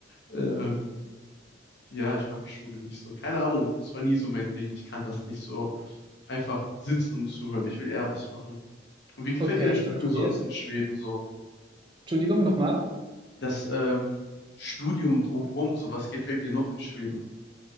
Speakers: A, on the left; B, on the right.
A: ähm, ja, ich mag Schule nicht so. Keine Ahnung, es war nie so mein Ding. Ich kann das nicht so einfach sitzen und zuhören. Ich will eher was machen. Und wie gefällt
B: okay,
A: dir das Studium
B: ich verstehe.
A: sonst in Schweden so?
B: Entschuldigung, nochmal.
A: Das ähm, Studium drumherum, so was gefällt dir noch in Schweden?